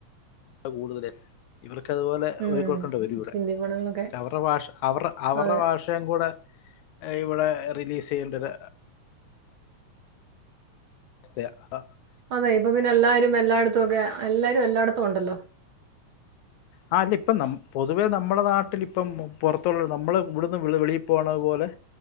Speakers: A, on the left; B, on the right.
A: കൂടുതല ഇവർക്ക് അതുപോലെ <unintelligible>
B: ഉം
A: കൊടുക്കേണ്ട ഇവിടെ
B: ഹിന്ദി പടങ്ങളൊക്കെ
A: പക്ഷെ അവരുടെ ഭാഷ അവരുടെ അവരുടെ
B: അതെ
A: ഭാഷ <unintelligible> കൂടെ ഇവിടെ റിലീസ് ചെയ്യേണ്ടത് <unintelligible>
B: അതെ ഇപ്പ പിന്നെ എല്ലാരും എല്ലായിടത്തും ഒക്കെ എല്ലാരും എല്ലായിടത്തും ഉണ്ടല്ലോ.
A: ആ അല്ല ഇപ്പം ന പൊതുവേ നമ്മടെ നാട്ടിൽ ഇപ്പം പുറത്തുള്ള നമ്മള് ഇവിടുന്ന് വെളി പോകണതു പോലെ!